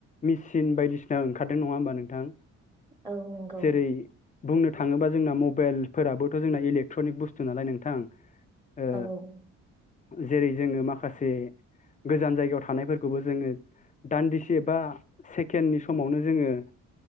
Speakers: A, on the left; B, on the right.
A: मेसिन बायदिसिना ओंखारदों नङा होमबा नोंथां।
B: औ नंगौ।
A: जेरै बुंनो थाङोबा जोंना मबाइलफोराबोथ' जोंना इलेक्ट्रनिक बुस्थु नालाय नोंथां
B: औ
A: ओ जेरै जोङो माखासे गोजान जायगायाव थानायफोरखौबो जोङो दान्दिसे बा सेकेन्डनि समावनो जोङो